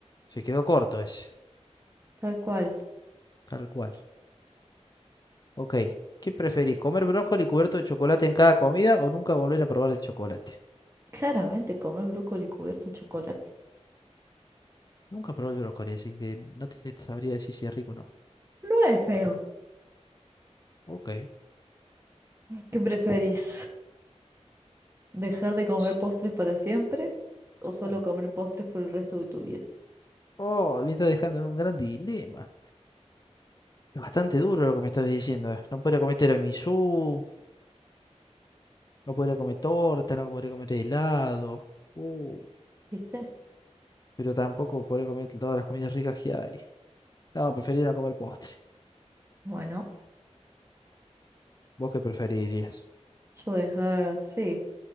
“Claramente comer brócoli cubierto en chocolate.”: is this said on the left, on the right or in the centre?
Right